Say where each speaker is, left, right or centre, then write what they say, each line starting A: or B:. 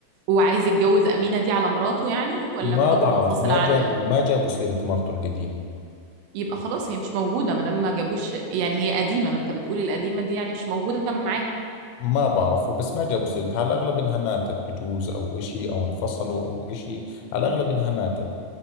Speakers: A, on the right (about 85°); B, on the left (about 85°).
A: وعايز يتجوز أمينة دي على مراته يعني ولا
B: ما
A: مراته
B: بعرف
A: منفصلة
B: ما
A: عنه
B: جابوا ما جابوا سيرة مرته القديمة
A: يبقى خلاص هي مش موجودة ما دام ما جابوش يعني هي قديمة ما انت بتقول القديمة دي يعني مش موجودة معاه
B: ما بعرفه بس ما جابوا سيرتها على الأغلب إنها ماتت بجوز أو إشي أو انفصلوا أو إشي على الأغلب إنها ماتت